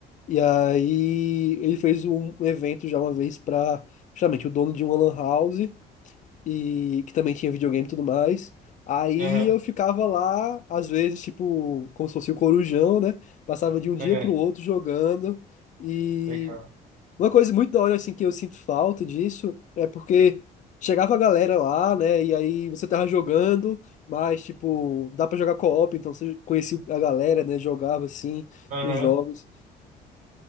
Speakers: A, on the left; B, on the right.
A: e aí ele fez um evento já uma vez pra, justamente, o dono de uma lan house, e que também tinha videogame e tudo mais. Aí
B: Aham,
A: eu ficava lá, às vezes, tipo, como se fosse o corujão, né? Passava de um dia
B: é,
A: pro outro jogando. e
B: legal.
A: Uma coisa muito da hora, assim, que eu sinto falta disso é porque chegava a galera lá, né? E aí você tava jogando, mas, tipo, dá pra jogar co-op, então você conhecia a galera, né? Jogava, assim,
B: Aham.
A: os jogos.